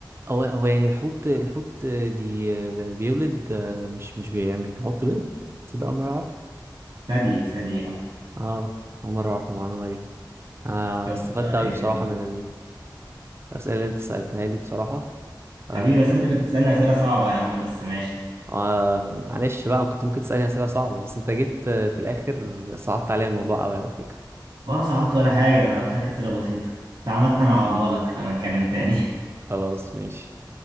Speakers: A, on the right (about 35°); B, on the right (about 75°).
A: هو هو يعني الحوت الحوت بي بيولد مش مش بيعمل بيحط بيض تصدق أول مرة أعرف
B: ثدي ثدي اه
A: اه أول مرة أعرف المعلومة دي أنا
B: شفت
A: استفدت
B: اه
A: أوي
B: ايه
A: بصراحة
B: خدمة.
A: من الأسئلة اللي أنت سألتها لي بصراحة آه
B: حبيبي بس انت كنت بتسالني اسئله صعبه يا عم بس ماشي
A: آه، معلش بقى كنت ممكن تسألني أسئلة صعبة بس أنت جيت في الآخر صعبت عليا الموضوع أوي على فكرة
B: ولا صعبت ولا حاجه ده انا قلت لك اسئله بسيطه بس عامة انا هعوضها لك لما نتكلم تاني <laughs>
A: خلاص ماشي